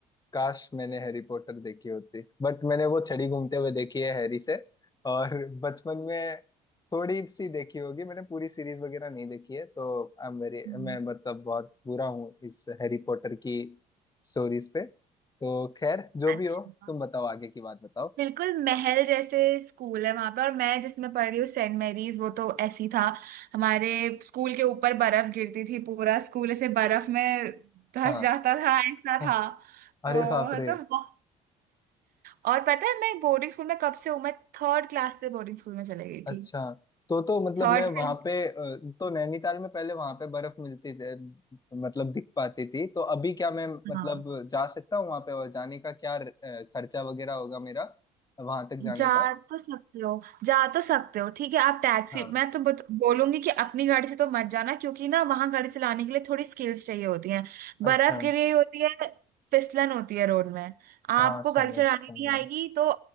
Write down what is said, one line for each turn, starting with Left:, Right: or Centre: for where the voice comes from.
Left: काश मैंने हैरी पॉटर देखी होती बट मैंने वो छड़ी घूमते हुए देखी है हैरी से और बचपन में थोड़ी सी देखी होगी मैंने पूरी सीरीज वगैरह नहीं देखी है सो आई एम वेरी
Right: नहीं
Left: मैं मतलब बहुत बुरा हूँ इस हैरी पॉटर की स्टोरीज पे तो खैर जो भी
Right: अच्छा
Left: हो तुम बताओ आगे की बात बताओ
Right: बिल्कुल महल जैसे स्कूल है वहां पे और मैं जिसमें पढ़ रही हूँ सेंट मैरीज वो तो ऐसी था हमारे स्कूल के ऊपर बर्फ गिरती थी पूरा स्कूल ऐसे बर्फ में धंस
Left: हाँ
Right: जाता था ऐसा
Left: हाँ।
Right: था
Left: अरे
Right: तो
Left: बाप रे
Right: तो बहु- और पता है मैं बोर्डिंग स्कूल में कब से हूँ मैं थर्ड क्लास से बोर्डिंग स्कूल में चले गई थी
Left: अच्छा तो तो मतलब
Right: थर्ड
Left: मैं वहां
Right: से
Left: पे अ, तो नैनीताल में पहले वहां पे बर्फ मिलती थी मतलब दिख पाती थी तो अभी क्या मैं मतलब
Right: हाँ
Left: जा सकता हूँ वहां पे और जाने का क्या अ, खर्चा वगैरह होगा मेरा वहां तक जाने
Right: जा
Left: का
Right: तो सकते हो जा तो सकते हो ठीक है आप टैक्सी
Left: हाँ
Right: मैं तो बत, बोलूंगी कि अपनी गाड़ी से तो मत जाना क्योंकि ना वहां गाड़ी चलाने के लिए थोड़ी स्किल्स चाहिए होती हैं
Left: अच्छा
Right: बर्फ गिरी होती है फिसलन होती है रोड में
Left: हाँ
Right: आपको गाड़ी
Left: समझ
Right: चलानी
Left: पाऊंगा
Right: नहीं आएगी तो